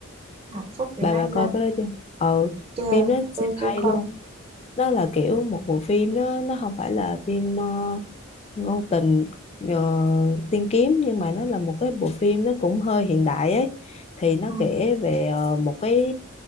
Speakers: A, on the right; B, on the left.
A: hạnh phúc đến
B: bà
A: nay
B: bà coi
A: giờ
B: cái đó chưa ừ
A: chưa
B: phim đó siêu
A: tôi
B: hay
A: chưa coi
B: luôn nó là kiểu một bộ phim nó nó không phải là phim ờ, ngôn tình ờ, tiên kiếm nhưng mà nó là một cái bộ phim nó cũng hơi hiện đại ấy thì nó
A: Ừ.
B: kể về ờ, một cái